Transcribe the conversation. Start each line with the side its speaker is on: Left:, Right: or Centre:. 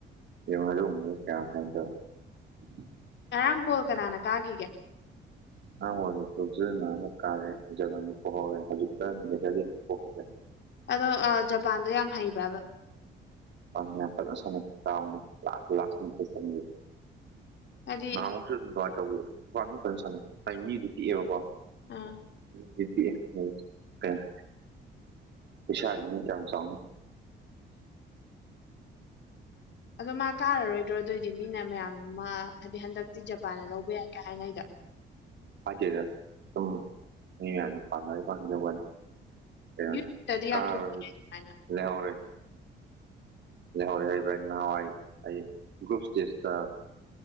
Right: <unintelligible>
Left: ꯉꯔꯥꯡ ꯕ‌ꯣꯜ ꯀꯅꯥꯅ ꯀꯥꯒꯤꯒ‌ꯦ
Right: <unintelligible>
Left: ꯑꯗꯣ ꯑꯥ ꯖꯄꯥꯟꯗꯣ ꯌꯥꯝ ꯍꯩꯕ꯭ꯔꯥꯕ
Right: <unintelligible>
Left: ꯍꯥꯏꯗꯤ
Right: ꯅꯍꯥꯃꯨꯛꯁꯨ ꯑꯗꯨꯝ ꯀꯃꯥꯏꯅ ꯇꯧꯕꯤꯔ ꯗꯨꯄꯥꯥꯟ ꯐ ꯁꯥꯟꯅꯩ ꯍꯥꯏ ꯃꯤꯗꯨ ꯄꯤꯛꯦꯕꯀꯣ
Left: ꯑꯥ
Right: <unintelligible> ꯀꯌꯥꯝ ꯆꯥꯎꯅꯤ
Left: ꯑꯗꯣ ꯃꯥ ꯀꯥꯔꯔꯣꯏꯗ꯭ꯔꯣ ꯑꯗꯨ ꯑꯣꯏꯗꯤ ꯃꯤꯅ ꯃꯌꯥꯝ ꯃꯥ ꯍꯥꯏꯗꯤ ꯍꯟꯗꯛꯇꯤ ꯖꯄꯥꯟꯅ ꯂꯧꯕ ꯌꯥꯏ ꯀꯦ ꯍꯥꯏꯅꯩꯗ
Right: ꯍꯥꯏꯖꯦꯗ ꯁꯨꯝ ꯃꯤ ꯃꯌꯥꯝꯅ ꯄꯥꯝꯅꯕꯩ ꯍꯥꯏꯖ ꯋꯥꯅꯤ ꯀꯩꯅ‌ꯣ
Left: ꯌꯨꯇꯗꯤ
Right: ꯀꯔꯔ‌ꯣꯏ
Left: ꯌꯥꯝ ꯊꯣꯛ ꯑꯗꯨꯃꯥꯏꯅ
Right: ꯂꯩꯍꯧꯔ‌ꯦ ꯂꯩꯍꯧꯔꯦ ꯍꯩ ꯚ ꯅꯍꯥꯟꯋꯥꯏ ꯑꯩ ꯒ꯭ꯔꯨꯞ ꯏꯁꯇꯦꯖꯇ